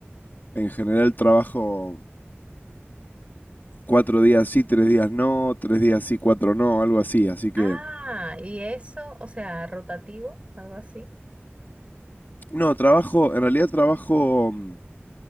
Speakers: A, on the left; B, on the right.
A: En general trabajo cuatro días sí, tres días no, tres días sí, cuatro no, algo así. Así que,
B: Ah, y eso, o sea, rotativo, algo así.
A: no, trabajo, en realidad trabajo mm,